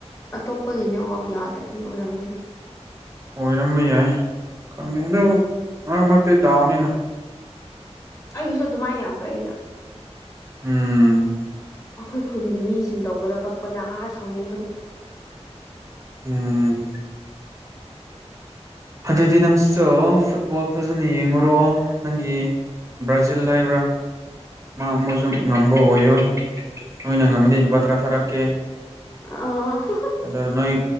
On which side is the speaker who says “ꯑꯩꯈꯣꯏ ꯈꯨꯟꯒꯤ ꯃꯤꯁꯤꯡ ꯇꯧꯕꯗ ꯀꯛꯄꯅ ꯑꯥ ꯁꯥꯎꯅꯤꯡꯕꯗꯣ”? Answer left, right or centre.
Left